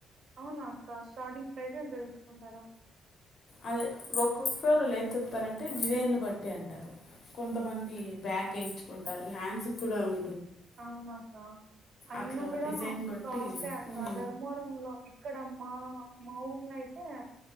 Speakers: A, on the right; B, on the left.
A: అవునా అక్క స్టార్టింగ్ ప్రైసె అంత తీసుకుంటారా.
B: అదే ఒక్కొక్కరు వీళ్ళు ఏం చెప్తారంటే డిజైన్ని బట్టి అంటారు. కొంతమంది బ్యాక్ వేయించుకుంటారు హ్యాండ్స్ కూడా ఉం
A: అవునా అక్క. అయినా
B: అట్లా
A: కూడా
B: డిజైన్ బట్టి
A: కాస్ట్ ఏ అక్క
B: ఉమ్
A: ధర్మవరం లో ఇక్కడ మా మా ఊ ఇలా అయితే